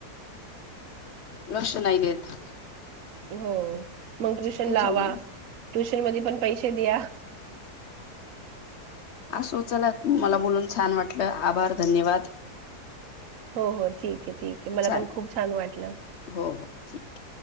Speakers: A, on the left; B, on the right.
A: लक्ष नाही देत.
B: हो मग ट्युशन
A: त्याच्यामुळे
B: लावा ट्युशन मध्ये पण पैसे द्या
A: असू चला तु मला बोलून छान वाटलं आभार धन्यवाद
B: हो हो ठीक आहे ठीक आहे मला
A: चालेल
B: पण खूप छान वाटलं
A: हो हो ठीक